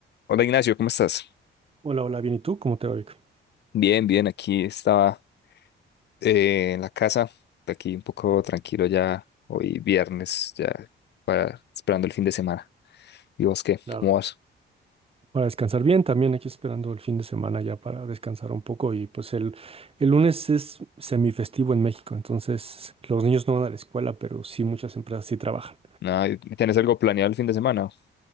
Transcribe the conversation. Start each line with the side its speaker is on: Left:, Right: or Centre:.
Left: Hola Ignacio, ¿cómo estás?
Right: Hola, hola, bien. ¿Y tú? ¿Cómo te va, Vic?
Left: Bien, bien, aquí estaba eh, en la casa, aquí un poco tranquilo ya, hoy viernes, ya para esperando el fin de semana. ¿Y vos qué?
Right: Claro.
Left: ¿Cómo vas?
Right: Para descansar bien, también aquí esperando el fin de semana ya para descansar un poco. Y pues el, el lunes es semifestivo en México, entonces los niños no van a la escuela, pero sí muchas empresas sí trabajan.
Left: Ah, ¿y ¿tenés algo planeado el fin de semana?